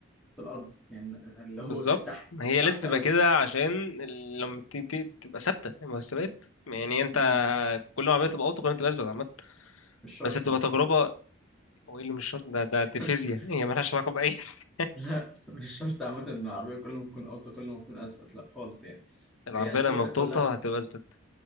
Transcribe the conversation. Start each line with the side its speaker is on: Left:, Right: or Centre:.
Centre: في الارض يعني اللي
Left: بالظبط
Centre: هو ك- تحت
Left: ما هي
Centre: تحت
Left: لازم تبقى
Centre: قوي
Left: كده عشان ال- لما ت- ت- تبقى ثابته المستويات يعني انت
Centre: امم
Left: كل ما العربيه تبقى اوطى كل ما تبقى اثبت عامه
Centre: مش شرط
Left: بس تبقى
Centre: لا
Left: تجربه هو ايه اللي مش شرط ده ده دي
Centre: <laughs>
Left: فيزياء هي مالهاش علاقه باي حاجه
Centre: لا مش شرط عامة ان العربية كل ما تكون اوطى كل ما تكون اثبت لا خالص يعني
Left: العربيه
Centre: هي الفكرة
Left: لما بتوطى
Centre: كلها
Left: هتبقى اثبت